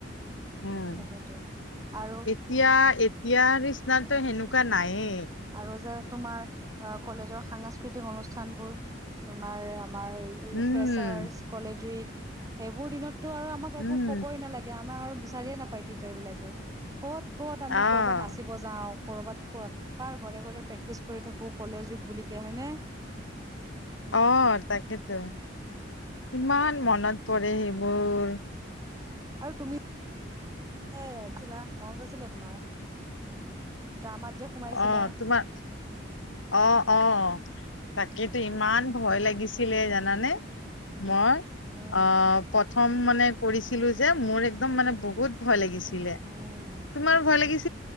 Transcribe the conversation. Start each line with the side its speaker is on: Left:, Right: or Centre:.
Left: উম
Right: তাকেতো আৰু
Left: এতিয়া এতিয়া নিচনাতো সেনেকুৱা নাইএ
Right: আৰু যে তোমাৰ অ কলেজৰ সাংস্কৃতিক অনুষ্ঠান বোৰ তোমাৰ আমাৰ
Left: উম
Right: ফ্ৰেচাৰ্চ কলেজ উইক সেইবোৰ দিনতটো আৰু আমাক
Left: উম
Right: একো কবই নালাগে আমাক আৰু বিচাৰিয়ে নাপায় টিচাৰ বিলাকে ক'ত ক'ত আমি
Left: আহ
Right: কৰ'বাত নাচিব যাও কৰ'বাত ক কাৰ ঘডৰে ঘৰে প্ৰেক্টিচ কৰি থাকো কলেজক বুলি কে হয়নে
Left: আহ তাকেতো ইমান মনত পৰে সেইবোৰ
Right: আৰু তুমি যে দিলা মনত আছিলে তোমাৰ ড্ৰামাত যে সোমাইছিলা
Left: অ তোমাৰ অ অ তাকেইটো ইমান ভয় লাগিছিলে
Right: উম
Left: জানানে মই
Right: উম
Left: অ প্ৰথম মানে কৰিছিলো যে মোৰ একদম মানে বহুত ভয় লাগিছিলে
Right: উম
Left: তোমাৰ ভয় লাগিছিল